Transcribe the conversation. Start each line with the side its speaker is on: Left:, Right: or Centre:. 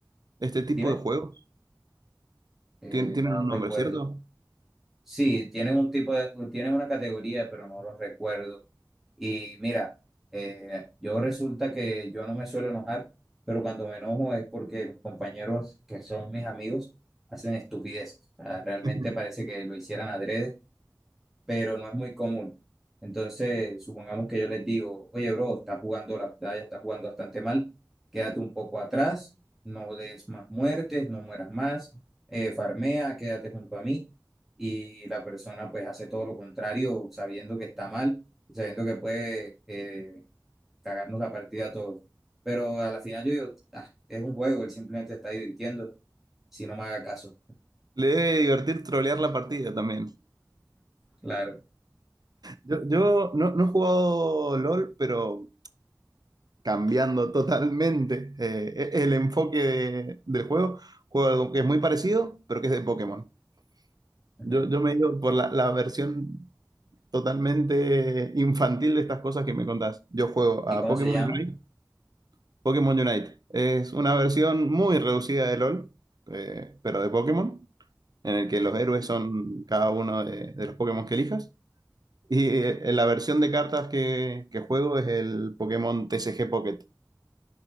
Right: este tipo
Centre: dime,
Right: de juego?
Centre: eh,
Right: Tien- Tienen
Centre: no
Right: un
Centre: recuerdo.
Right: nombre, ¿cierto?
Centre: Sí, tienen un tipo de, tienen una categoría, pero no los recuerdo Y mira, eh, yo resulta que yo no me suelo enojar, pero cuando me enojo es porque mis compañeros, que son mis amigos, hacen estupideces. O sea, realmente
Right: <laughs>
Centre: parece que lo hicieran adrede pero no es muy común. Entonces, supongamos que yo les digo, oye, bro, estás jugando la batalla, estás jugando bastante mal, quédate un poco atrás, no des más muertes, no mueras más, eh, farmea, quédate junto a mí. Y la persona pues hace todo lo contrario, sabiendo que está mal, sabiendo que puede eh, cagarnos la partida a todos. Pero a la final yo digo, "Ah, es un juego, él simplemente está divirtiendo, si no me haga caso.
Right: Le debe divertir trolear la partida también.
Centre: Claro.
Right: Yo, yo no, no he jugado LOL, pero cambiando totalmente eh, e-, el enfoque de- del juego, juego algo que es muy parecido, pero que es de Pokémon.
Centre: Ujú.
Right: Yo, yo me he ido por la, la versión totalmente infantil de estas cosas que me contás. Yo juego
Centre: ¿Y
Right: a
Centre: cómo
Right: Pokémon
Centre: se llama?
Right: Unite. Pokémon Unite es una versión muy reducida de LOL, eh, pero de Pokémon. en el que los héroes son cada uno de, de los Pokémon que elijas. Y eh, la versión de cartas que, que juego es el Pokémon TCG Pocket.